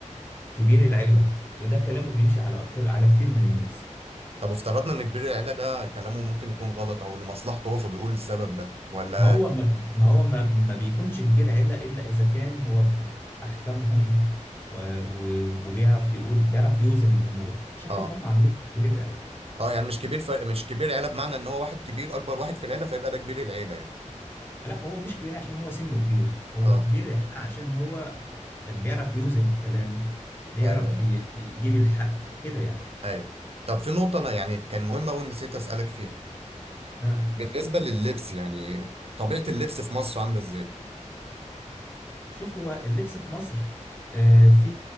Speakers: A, on the left; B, on the right.
A: كبير العيلة وده كلامه بيمشي على أكتر على كتير من الناس
B: طب افترضنا ان كبير العيلة ده كلامه ممكن يكون غلط او لمصلحته هو فبيقول السبب ده ولا
A: ما هو ما, ما هو ما, ما بيكونش كبير عيلة إلا إذا كان هو أحكامهم و... و... وبيعرف يقول بيعرف يوزن الأمور عشان
B: اه
A: كده هم عملوه كبير العيلة
B: اه يعني مش كبير فرق مش كبير عيلة بمعنى ان هو واحد كبير اكبر واحد في العيلة فيبقى ده كبير العيلة يعني
A: لا هو مش كبير عشان هو سنه كبير هو
B: اه
A: كبير العيلة عشان هو بيعرف يوزن الكلام بيعرف
B: ايوه ايوه
A: ي... ي- يجيب الحق كده يعني
B: ايوه طب في نقطة انا يعني كان مهمة قوي نسيت اسألك فيها
A: ها
B: بالنسبة لللبس يعني طبيعة اللبس في مصر عاملة ازاي؟
A: شوف هو اللبس في مصر آه، في